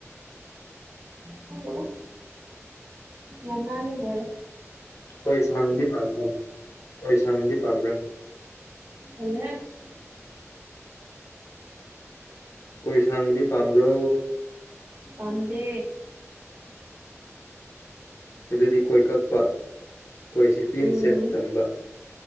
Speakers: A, on the right; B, on the left.
A: ꯈꯡꯗꯦꯗ ꯌꯥꯝꯅꯜꯂꯦ ꯂꯣꯏꯔꯦ
B: ꯑꯣꯏ ꯁꯥꯡꯕꯗꯤ ꯄꯥꯝꯕ꯭ꯔꯥ ꯑꯣꯏ ꯁꯥꯡꯕꯗꯤ ꯄꯥꯝꯕ꯭ꯔꯥ
A: ꯇꯜꯂꯦ ꯍꯦ
B: ꯀꯣꯏ ꯁꯥꯡꯕꯗꯤ ꯄꯥꯝꯕ꯭ꯔꯣ
A: ꯄꯝꯗꯦ
B: ꯑꯗꯨꯗꯤ ꯀꯣꯏ ꯀꯛꯄ ꯀꯣꯏꯁꯤ ꯀ꯭ꯂꯤꯟ
A: ꯎꯝ
B: ꯁꯦꯐ ꯇꯝꯕ